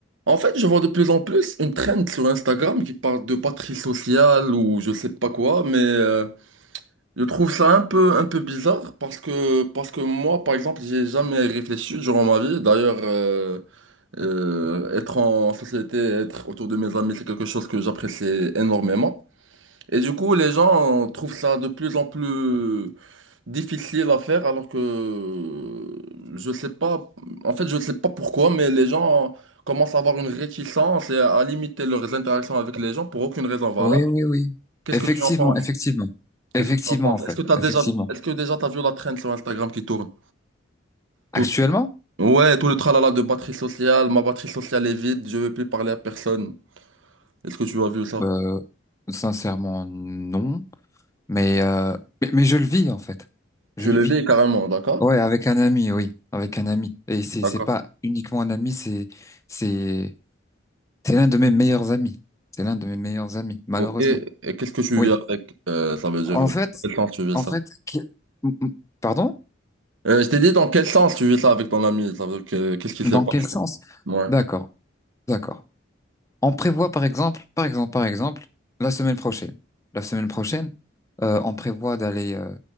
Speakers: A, on the right (about 85°); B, on the left (about 15°).
A: En fait, je vois de plus en plus une trend sur Instagram qui parle de patrie sociale ou je sais pas quoi, mais euh, je trouve ça un peu, un peu bizarre parce que, parce que moi, par exemple, j'ai jamais réfléchi durant ma vie. D'ailleurs, euh, euh, être en société, être autour de mes amis, c'est quelque chose que j'apprécie énormément. Et du coup, les gens trouvent ça de plus en plus difficile à faire alors que je sais pas, en fait je sais pas pourquoi, mais les gens commencent à avoir une réticence et à limiter leurs interactions avec les gens pour aucune raison valable.
B: Oui, oui, oui.
A: Qu'est-ce
B: Effectivement,
A: que tu en penses?
B: effectivement. Effectivement,
A: Qu'est-ce que tu en penses?
B: en fait.
A: Est-ce que t'as
B: Effectivement.
A: déjà, est-ce que déjà t'as vu la traîne sur Instagram qui tourne?
B: Actuellement,
A: Tout, ouais, tout le tralala de batterie sociale, ma batterie sociale est vide, je veux plus parler à personne. Est-ce que tu as vu ça?
B: euh, sincèrement, non. Mais, euh, mais, mais je le vis, en fait.
A: Tu
B: Je le
A: le
B: vis.
A: vis carrément, d'accord?
B: Ouais, avec un ami, oui. Avec un ami. Et c'est,
A: D'accord.
B: c'est pas uniquement un ami, c'est, c'est, c'est l'un de mes meilleurs amis. C'est l'un de mes meilleurs amis, malheureusement.
A: Ok, et qu'est-ce que tu
B: Oui.
A: vis avec? euh, ça veut dire,
B: En
A: à
B: fait,
A: quel sens tu vis
B: en
A: ça?
B: fait, qui- m- m- pardon?
A: Euh, je t'ai dit dans quel sens tu vis ça avec ton ami, ça veut dire que qu'est-ce qui
B: Dans
A: s'est passé?
B: quel sens?
A: Ouais,
B: D'accord, d'accord. On prévoit par exemple, par exemple, par exemple, la semaine prochaine. La semaine prochaine, euh, on prévoit d'aller euh,